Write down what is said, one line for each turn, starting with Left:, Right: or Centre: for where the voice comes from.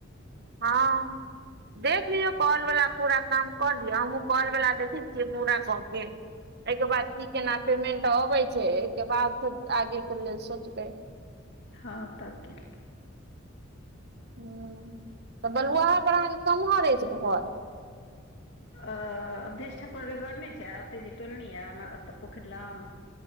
Right: हँ देख लियौ काॅल बला पूरा काम कऽ लियौ हमहुँ काॅल बला देखै छियै पूरा कऽ के एहिके बाद की केना पेमेंट अबै छै एहिके बाद सब आगे के लेल सोचबै।
Left: हँ त कि।
Right: हूं तऽ बलुआहा पर अहाँके कम्हर अछि घर?
Left: अ अवधेश ठाकुरके घर नहि छै आ ओतय जे टोल नै य हमर ओतय पोखरि लग